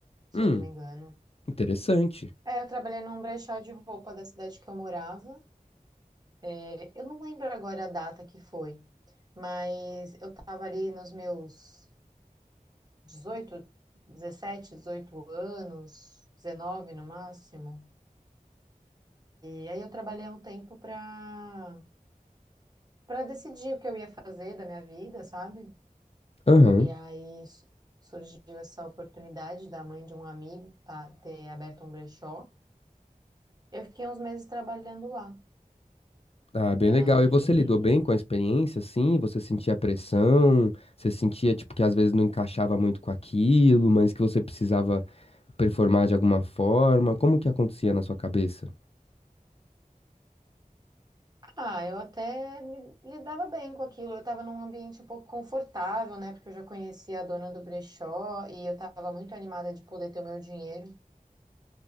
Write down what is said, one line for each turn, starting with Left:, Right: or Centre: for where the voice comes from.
Right: se
Left: Hum,
Right: eu não me engano.
Left: interessante.
Right: É, eu trabalhei num brechó de roupa da cidade que eu morava. É, Eu não lembro agora a data que foi, mas eu tava ali nos meus 18, 17, 18 anos, 19 no máximo. E aí eu trabalhei há um tempo pra para decidir o que eu ia fazer da minha vida, sabe?
Left: Aham.
Right: E aí su- surgiu essa oportunidade da mãe de um amigo tá, ter aberto um brechó. Eu fiquei uns meses trabalhando lá.
Left: Ah, bem
Right: E aí
Left: legal. E você lidou bem com a experiência, assim? Você sentia pressão? Você sentia, tipo, que às vezes não encaixava muito com aquilo, mas que você precisava performar de alguma forma? Como que acontecia na sua cabeça?
Right: Ah, eu até me lidava bem com aquilo. Eu estava num ambiente um pouco confortável, né? Porque eu já conhecia a dona do brechó e eu estava muito animada de poder ter o meu dinheiro.